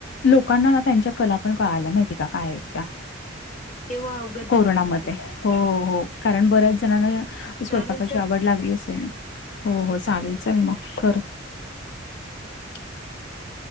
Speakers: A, on the left; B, on the left.
A: लोकांना ना त्यांच्या कला पण कळायला माहिती का काय आहेत त्या
B: तेव्हा अवगत
A: कोरोनामध्ये
B: झाल्या काही गोष्टी
A: हो हो कारण बऱ्याच जणना स्वयंपाकाची
B: चालेल चल
A: आवड लागली असे ना हो हो चालेल चाल मग खर अ <unintelligible>